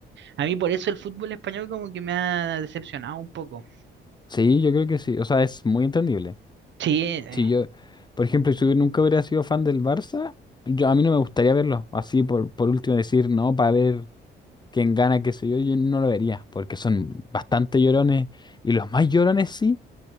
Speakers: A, on the right; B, on the left.
A: A mí por eso el fútbol español como que me ha decepcionado un poco.
B: Sí, yo creo que sí. O sea, es muy entendible.
A: Sí, eh,
B: Si yo, por ejemplo, si yo nunca hubiera sido fan del Barça, yo, a mí no me gustaría verlo. Así por, por último decir, no, para ver quién gana, qué sé yo, yo no lo vería. Porque son bastante llorones. Y los más llorones sí,